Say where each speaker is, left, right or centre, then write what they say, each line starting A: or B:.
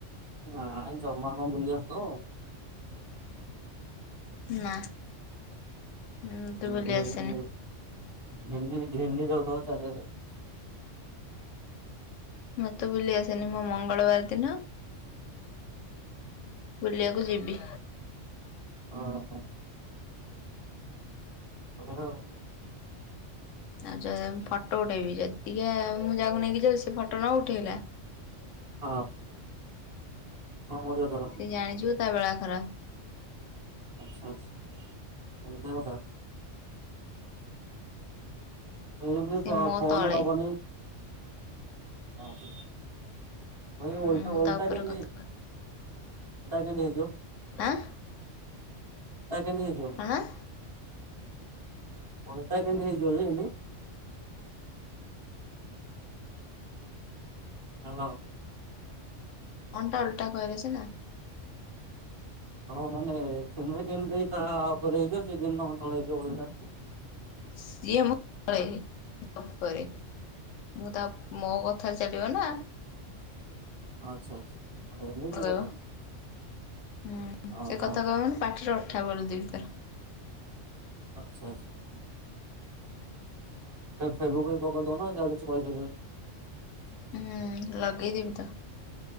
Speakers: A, on the right (about 25°); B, on the left (about 80°).
A: ନାଇଁ ଜମା କଣ ବୁଲି ଆସୁଥିବ?
B: ନା ମତେ ବୁଲି
A: ଘେନି
B: ଆସେନି।
A: ଘେନି ଘେନି ଯାଉଥିବ ଚାରିଆଡେ।
B: ମତେ ବୁଲି ଆସେନି, ମୋ ମଙ୍ଗଳବାର ଦିନ ବୁଲିଆକୁ ଯିବି।
A: ଓ ହୋ। <unintelligible>
B: ଆଜି ଫଟୋ ଉଠେଇବି, ଯଦି ଟିକେ ମୁଁ ଯାହାକୁ ନେଇକି ଯାଉ ସେ ଫଟୋ ନ ଉଠେଇଲା
A: ହଁ ବେକ ମୋଡ଼ିବ ତୋର।
B: ସେ ଜାଣିଯିବ ତା ବେଳା ଖରାପ।
A: ଆଛା ଆଛା ଏମିତିଆ କଥା। ଇଏ ବି
B: ସେ ମୋ
A: ଫୋନ୍
B: ତଳେ
A: ନବନି। ଓ ହୋ ଭାଇ ଓଲଟା
B: ମୁଁ
A: ଓଲଟା
B: ତା ଉପରେ
A: <unintelligible> ଓଲଟା
B: କଥା କହିବି
A: କେମିତି ହେଇଯିବ? ଓଲଟା
B: ଆଁ
A: କେମିତି ହେଇଯିବ?
B: କଣ?
A: ଓଲଟା କେମତି ହେଇଯିବ ଯେ <unintelligible> ହାଲୋ।
B: ଅଣ୍ଟା ଓଲଟା କରାଇଛି ନା।
A: ହଁ ମାନେ ତୁମେ କେମିତି ତା ଉପରେ ହେଇଯିବ? ସେ କେମିତି ତମ ତଳେ ହେଇଯିବ ଓଲଟା?
B: ସିଏ ମୋ ତଳେ ମୁଁ ତା ଉପରେ। ମୁଁ ତା ମୋ କଥାରେ ଚାଲିବ ନା।
A: ଆଚ୍ଛା ଆଚ୍ଛା ଏମିତି
B: କହିବ
A: କଥା।
B: ହୁଁ
A: ଓହୋ
B: ସେ କଥା କହିବ ମାନେ ପାଟିରେ ଅଠା ବୋଳି ଦେବି ପୁରା।
A: ଆଚ୍ଛା - ଆଛା। ଫେବିକୁଇକ୍ ପକେଇ ଦଉନ ସେ ଆଉ କିଛି କହି ପାରିବନି।
B: ହୁଁ ଲଗେଇଦେବି ତ,